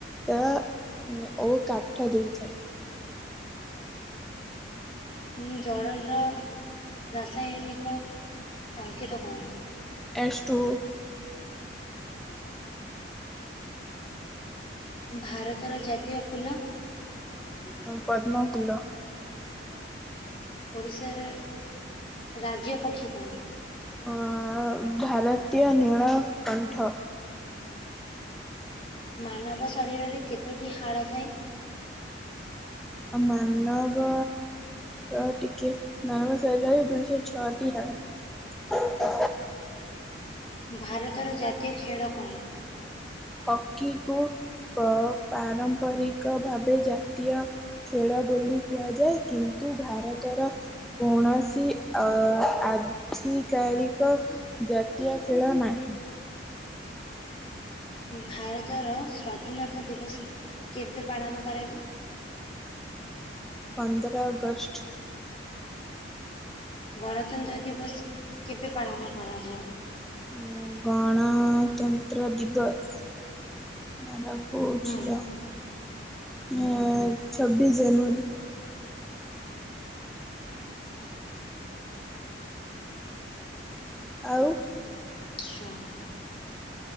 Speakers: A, in the centre; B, on the left (about 30°).
A: ତା ଓ କାଠ ଦେଇଥାଏ।
B: ଉଁ ଜଳର ରାସାୟନିକ ସଙ୍କେତ କଣ?
A: H two.
B: ଭାରତର ଜାତୀୟ ଫୁଲ?
A: ହଁ ପଦ୍ମ ଫୁଲ।
B: ଓଡିଶାର ରାଜ୍ୟ ପକ୍ଷୀ କଣ?
A: ଅ ଭାରତୀୟ ନୀଳକଣ୍ଠ।
B: ମାନବ ଶରୀରରେ କେତୋଟି ହାଡ଼ ଥାଏ?
A: ଉଁ ମାନବ ର ଟିକେ ମାନବ ଶରୀର ଦୁଇଶହ ଛଅଟି ହାଡ଼ ଥାଏ।
B: ଭାରତର ଜାତୀୟ ଖେଳ କଣ?
A: ହକି କୁ ପ ପାରମ୍ପରିକ ଭାବେ ଜାତୀୟ ଖେଳ ବୋଲି କୁହାଯାଏ, କିନ୍ତୁ ଭାରତର କୌଣସି ଅ ଆ ଆଧିକାରିକ ଜାତୀୟ ଖେଳ ନାହିଁ।
B: ଭାରତର ସ୍ୱାଧୀନତା ଦିବସ କେବେ ପାଳନ କରାଯାଏ? <unintelligible>
A: ପନ୍ଦର ଅଗଷ୍ଟ।
B: ଗଣତନ୍ତ୍ର ଦିବସ କେବେ ପାଳନ କରାଯାଏ?
A: ଉଁ ଗଣତନ୍ତ୍ର ଦିବସ ଆର କହୁଛି
B: ହୁଁ
A: ରହ। ଆ ଛବିଶ ଜାନୁଆରୀ। ଆଉ।
B: ଆଚ୍ଛା।